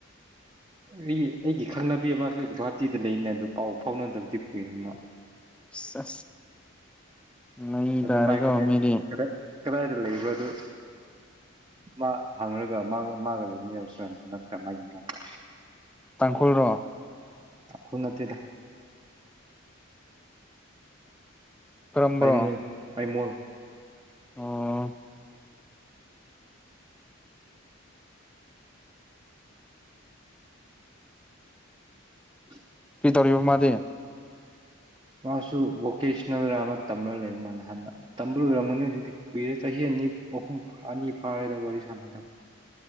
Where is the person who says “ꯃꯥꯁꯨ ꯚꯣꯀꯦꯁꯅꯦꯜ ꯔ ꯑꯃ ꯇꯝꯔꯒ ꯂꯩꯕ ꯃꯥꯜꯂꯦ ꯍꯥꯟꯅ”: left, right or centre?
Right